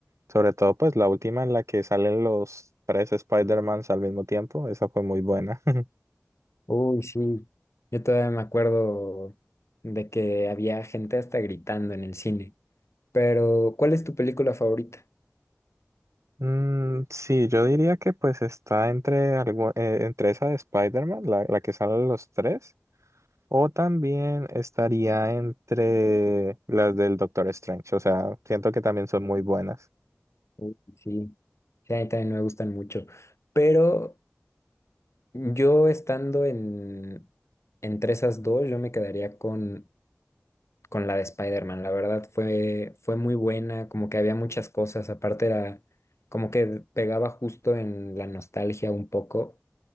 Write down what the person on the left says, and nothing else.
Uy, sí. Yo todavía me acuerdo de que había gente hasta gritando en el cine. Pero, ¿cuál es tu película favorita?
Uy, sí. Sí, a mí también me gustan mucho. Pero Yo estando en, entre esas dos, yo me quedaría con, con la de Spider-Man. La verdad fue, fue muy buena, como que había muchas cosas, aparte era como que pegaba justo en la nostalgia un poco.